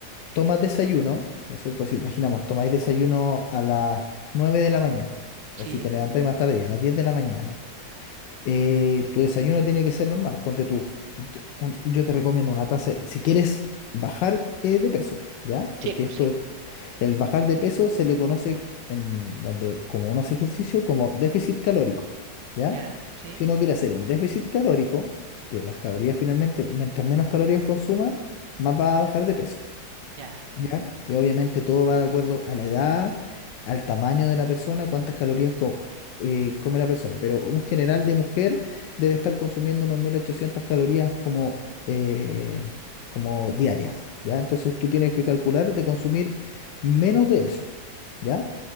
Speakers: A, on the left; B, on the right.
A: tomas desayuno, ¿no es cierto? Si imaginamos, tomáis desayuno a las 9 de la mañana,
B: Sí,
A: o si te levantáis más tarde, a las diez de la mañana eh, tu desayuno tiene que ser normal. Ponte tú, t- un- yo te recomiendo una taza, si quieres bajar eh, de peso, ¿ya? Porque
B: sí, pues
A: esto,
B: sí.
A: el bajar de peso se le conoce en donde, como uno hace ejercicio, como déficit calórico, ¿ya?
B: Ya, sí,
A: Si uno quiere hacer un déficit calórico, que las calorías finalmente, mientras menos calorías consuma, más va a bajar de peso.
B: ya.
A: ¿ya? Y obviamente todo va de acuerdo a la edad, al tamaño de la persona, cuántas calorías co- eh, come la persona. Pero un general de mujer debe estar consumiendo unos 1800 calorías como, eh, como diarias, ¿ya? Entonces tú tienes que calcular de consumir menos de eso, ¿ya?